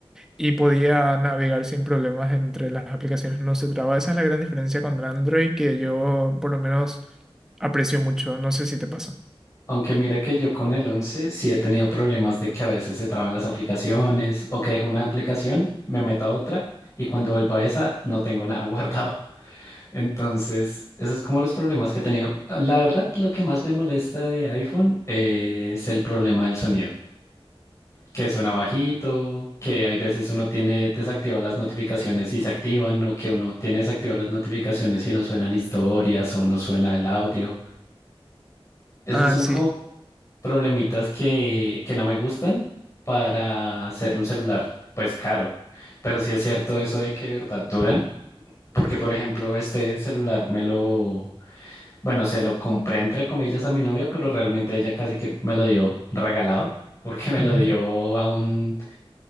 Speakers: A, in the centre; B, on the left.
A: y podía navegar sin problemas entre las aplicaciones, no se traba. Esa es la gran diferencia con Android que yo por lo menos aprecio mucho, no sé si te pasa.
B: Aunque mira que yo con el once sí he tenido problemas de que a veces se traban las aplicaciones o que dejo una aplicación, me meto a otra y cuando vuelvo a esa no tengo nada <laughs> guardado. Entonces, esos es como los problemas que he tenido. La verdad, lo que más me molesta de iPhone eh, es el problema del sonido, que suena bajito, que hay veces uno tiene desactivadas las notificaciones y se activan, o que uno tiene desactivadas las notificaciones y no suenan historias o no suena el audio. Esos
A: Ah,
B: son
A: sí.
B: como problemitas que, que no me gustan para hacer un celular, pues caro. Pero sí es cierto eso de que de verdad duran, porque por ejemplo, este celular me lo Bueno, se lo compré entre comillas a mi novia, pero realmente ella casi que me lo dio regalado, porque me
A: Ujú.
B: lo dio a un,